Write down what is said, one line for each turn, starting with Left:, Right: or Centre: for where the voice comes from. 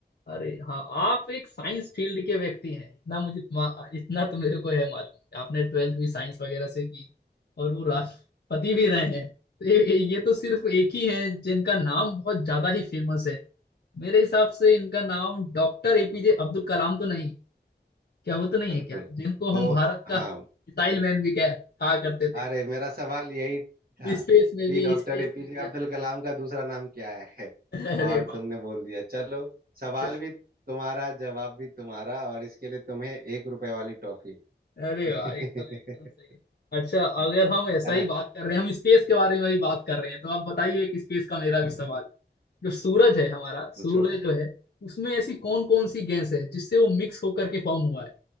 Left: अरे हाँ आप एक साइंस फील्ड के व्यक्ति हैं इतना मुझे मा- इतना तो मेरे को है मालूम आपने ट्वेल्थ भी साइंस वगैरह से की और वो राष्ट्रपति भी रहे हैं तो ये, ये तो सिर्फ एक ही है जिनका नाम बहुत ज्यादा ही फेमस है मेरे हिसाब से इनका नाम डॉक्टर एपीजे अब्दुल कलाम तो नहीं क्या वो तो नहीं
Right: बिल्कुल
Left: है क्या जिनको
Right: तो
Left: हम भारत
Right: हाँ
Left: का मिसाइल मैन भी कह कहा करते थे
Right: अरे मेरा सवाल यही था
Left: स्पेस में
Right: कि
Left: भी
Right: डॉक्टर
Left: स्पेस
Right: एपीजे
Left: में भी
Right: अब्दुल कलाम का दूसरा नाम क्या है
Left: अरे
Right: और
Left: बाप
Right: तुमने बोल दिया चलो सवाल
Left: रे
Right: भी तुम्हारा जवाब भी तुम्हारा और इसके लिए तुम्हें एक रुपए वाली टॉफी
Left: अरे
Right: <laughs> है
Left: वाह एकदम एकदम सही है अच्छा अगर हम ऐसा ही
Right: ना
Left: बात कर रहे हैं हम स्पेस के बारे में भी बात कर रहे हैं तो आप बताइए एक स्पेस का मेरा भी सवाल जो सूरज है हमारा सूर्य
Right: पूछो
Left: जो है उसमें ऐसी कौन कौन सी गैस है जिससे वो मिक्स होकर के फॉर्म हुआ है